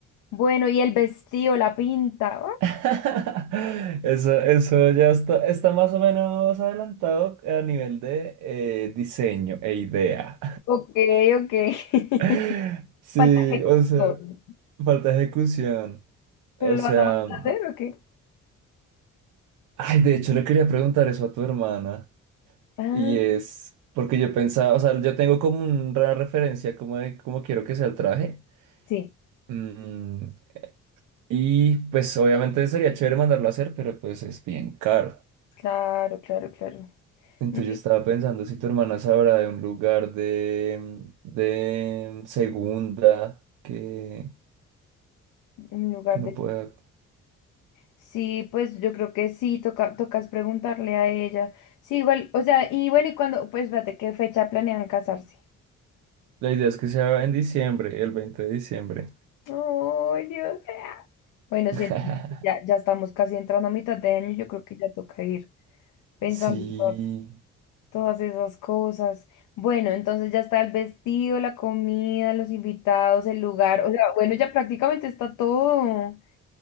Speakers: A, on the left; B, on the right.
A: Bueno, y el vestido, la pinta. ah,
B: <laughs> Eso, eso ya está, está más o menos adelantado a nivel de eh, diseño e idea.
A: Ok, ok. <laughs>
B: <laughs> Sí,
A: Falta ejecución.
B: o sea, falta ejecución.
A: ¿Pero
B: O
A: lo
B: sea,
A: vas a mandar a hacer o qué?
B: ay, de hecho le quería preguntar eso a tu hermana.
A: Ah,
B: Y es porque yo pensaba, o sea, yo tengo como una referencia como de cómo quiero que sea el traje.
A: sí.
B: Mm, y pues obviamente sería chévere mandarlo a hacer, pero pues es bien caro.
A: Claro, claro, claro.
B: Entonces
A: No,
B: yo estaba pensando si tu hermana sabrá de un lugar de, de segunda que,
A: En lugar
B: que no
A: de...
B: pueda.
A: Sí, pues yo creo que sí, toca, tocas preguntarle a ella. Sí, igual, o sea, y bueno, y cuando, pues espérate, ¿qué fecha planean casarse?
B: La idea es que sea en diciembre, el 20 de diciembre.
A: Ay, Dios. Bueno,
B: <laughs>
A: sí, ya, ya estamos casi entrando a mitad de año, yo creo que ya toca ir pensando
B: Sí.
A: en to- todas esas cosas. Bueno, entonces ya está el vestido, la comida, los invitados, el lugar, o sea, bueno, ya prácticamente está todo.